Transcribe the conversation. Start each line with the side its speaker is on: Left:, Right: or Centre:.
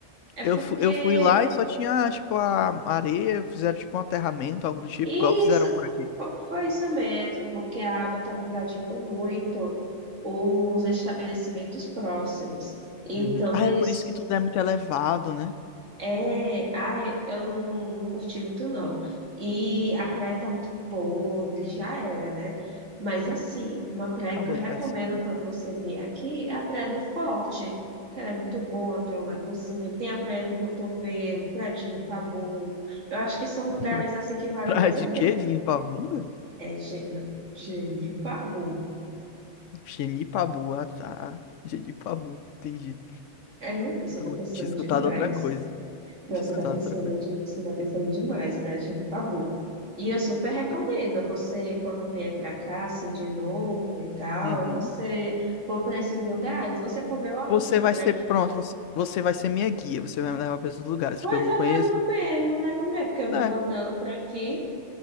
Right: É
Left: Eu,
Right: porque
Left: fu- eu fui lá e só tinha, tipo, a areia, fizeram, tipo, um aterramento, algo do tipo,
Right: isso
Left: igual fizeram por
Right: fo-
Left: aqui.
Right: fo- foi isso mesmo, porque a água estava invadindo muito os estabelecimentos próximos. Então
Left: Uhum. Ah,
Right: eles
Left: é por isso que tudo é muito elevado, né?
Right: É, ai, eu não, não curti muito, não. E a praia tá muito podre, já era, né? Mas, assim, uma praia
Left: Acabou
Right: que eu recomendo
Left: a diversão.
Right: quando você vier aqui é a Praia do Forte, que ela é muito boa, tem um lagozinho, tem a Praia do Cotovelo, Praia de Ipabu. Eu acho que são lugares,
Left: <laughs>
Right: assim, que valem
Left: Praia
Right: mais
Left: de
Right: a
Left: quê?
Right: pena.
Left: De limpar a bunda?
Right: É, Ge- não, Genipabu.
Left: Genipabu, ah tá. Genipabu, entendi.
Right: É, não, você
Left: Eu
Right: tá pensando
Left: tinha escutado
Right: demais.
Left: outra coisa.
Right: Não,
Left: Tinha
Right: você
Left: escutado
Right: tá pensando,
Left: outra coisa.
Right: de- você tá pensando demais, né, gente? Tabu. E eu super recomendo
Left: Ah,
Right: você, quando vier pra cá, assim, de novo e tal,
Left: Uhum.
Right: você for pra esses lugares, você comeu aonde
Left: Você
Right: por
Left: vai ser,
Right: aqui?
Left: pronto, você, você vai ser minha guia, você vai me levar para esses lugares,
Right: Pois
Left: porque eu não
Right: eu
Left: conheço.
Right: levo mesmo, levo mesmo, porque eu vivo
Left: É,
Right: andando por aqui,